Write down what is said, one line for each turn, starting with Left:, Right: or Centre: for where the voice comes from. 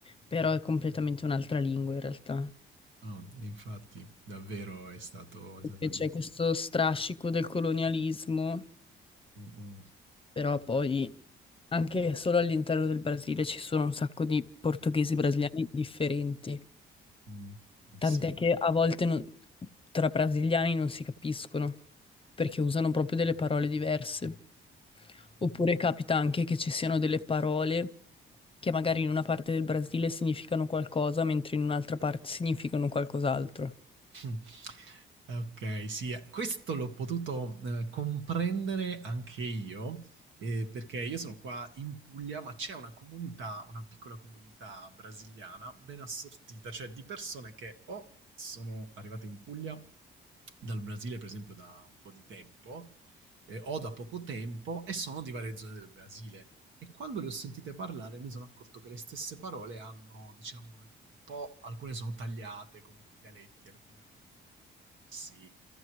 Left: però è completamente un'altra lingua in realtà.
Right: No, e infatti, davvero è stato, è stato
Left: E
Right: difficile.
Left: C'è questo strascico del colonialismo.
Right: Mm, mm,
Left: Però poi anche solo all'interno del Brasile ci sono un sacco di portoghesi brasiliani differenti,
Right: mm, eh
Left: tant'è
Right: sì.
Left: che a volte non- tra brasiliani non si capiscono perché usano proprio delle parole diverse. Oppure capita anche che ci siano delle parole che magari in una parte del Brasile significano qualcosa, mentre in un'altra parte significano qualcos'altro.
Right: <laughs> Ok, sì, eh, questo l'ho potuto eh, comprendere anche io, eh, perché io sono qua in Puglia, ma c'è una comunità, una piccola comunità brasiliana ben assortita, cioè di persone che o sono arrivate in Puglia dal Brasile, per esempio, da un po' di tempo, eh, o da poco tempo, e sono di varie zone del Brasile. E quando le ho sentite parlare mi sono accorto che le stesse parole hanno, diciamo, una- un po', alcune sono tagliate come dei dialetti, alcune hanno dei finali diversi.